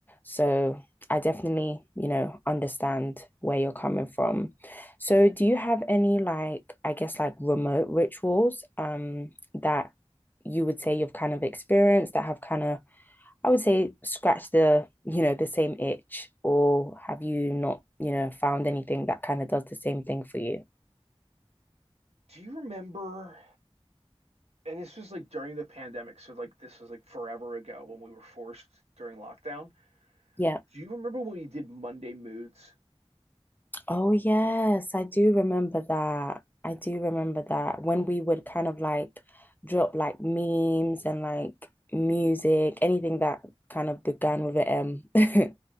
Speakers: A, on the left; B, on the right.
A: So, I definitely, you know, understand where you're coming from. So, do you have any like I guess like remote rituals um that you would say you've kind of experienced that have kind of I would say scratch the, you know, the same itch, or have you not, you know, found anything that kind of does the same thing for you?
B: Do you remember? And this was like during the pandemic, so like this was like forever ago when we were forced during lockdown.
A: Yeah.
B: Do you remember when we did Monday Moods?
A: Oh, yes, I do remember that. I do remember that when we would kind of like drop like memes and like music, anything that kind of began with an M.